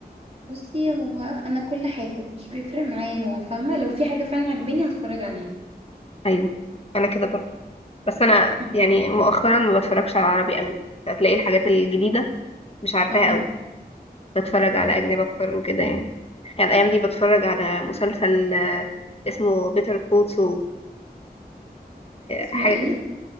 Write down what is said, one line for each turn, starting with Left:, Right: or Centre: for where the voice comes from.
Right: بصي هو أنا كل حاجة مش بيفرق معايا نوع فاهمة لو في حاجة فعلا عجباني هتفرج عليها
Left: أيوه أنا كده برضه بس أنا
Right: <laughs>
Left: يعني مؤخرا ما بتفرجش على عربي قوي فتلاقي الحاجات الجديدة مش عارفاها
Right: أها
Left: قوي بتفرج
Right: ماما
Left: على أجنبي أكتر وكده يعني يعني الأيام دي بتفرج على مسلسل آه، اسمه بيتر كول سول
Right: اسمه
Left: حاجة
Right: ايه
Left: كده